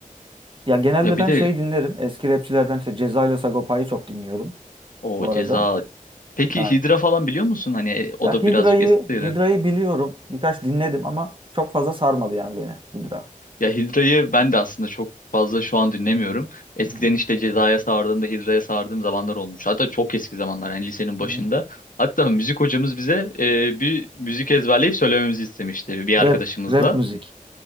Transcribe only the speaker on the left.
ya bir
de
o
Ceza. Peki
Hidra falan biliyor musun? Hani e, o
da
birazcık eskidir.
Ya Hidra'yı ben de aslında çok fazla şu an dinlemiyorum. Eskiden
işte Ceza'ya sardığımda Hidra'ya sardığım zamanlar olmuş. Hatta çok eski zamanlar yani lisenin başında.
Hatta müzik hocamız bize e, bir müzik ezberleyip söylememizi istemişti bir
arkadaşımızla.